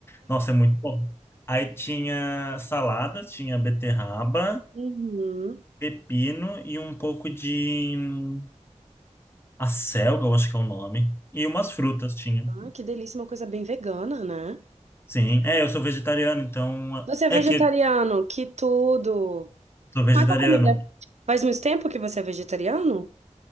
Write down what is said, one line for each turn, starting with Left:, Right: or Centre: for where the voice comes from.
Left: nossa, é muito bom. Aí tinha salada, tinha beterraba,
Right: Uhum.
Left: pepino e um pouco de hum, acelga, eu acho que é o nome. E umas frutas tinha.
Right: Ai, que delícia, uma coisa bem vegana, né?
Left: Sim, é, eu sou vegetariano, então. ah,
Right: Você é
Left: É
Right: vegetariano,
Left: que eu
Right: que tudo!
Left: sou vegetariano.
Right: Mas a comida. Faz muito tempo que você é vegetariano?